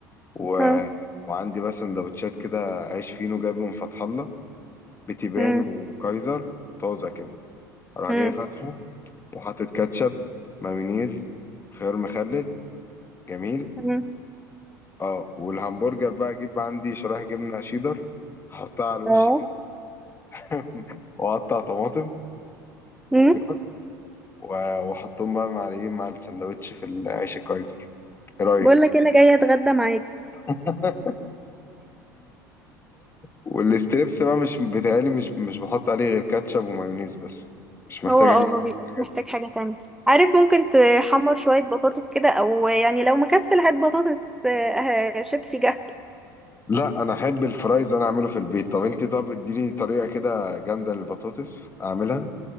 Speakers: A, on the left; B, in the centre.
A: و...
B: اه
A: وعندي بقى سندوتشات كده عيش فينو جايبه من فتح الله بتيبان
B: مم.
A: وكايزر طازه كده اروح
B: مم.
A: جاي فاتحه وحاطط كاتشب مايونيز خيار مخلل جميل
B: مم.
A: اه والهمبرجر بقى اجيب عندي شرايح جبنه شيدر احطها على الوش
B: اه
A: كده <laughs> واقطع طماطم وخيار
B: مم.
A: و- وحطهم بقى مع الايه مع السندوتش في العيش الكايزر ايه رايك
B: بقول لك انا جايه اتغدى معاك
A: <laughs> والستريبس بقى مش بتهيألي مش مش بحط عليه غير كاتشب ومايونيز بس مش محتاج
B: هو اه
A: اي
B: ما بيبقاش
A: حاجة من الحاجات
B: محتاج
A: دي
B: حاجة تانية عارف ممكن تحمر شوية بطاطس كده او يعني لو مكسل هات بطاطس آه، شيبسي جاهز
A: لا انا احب الفرايز انا اعمله في البيت طب انت طب اديني طريقه كده جامده للبطاطس اعملها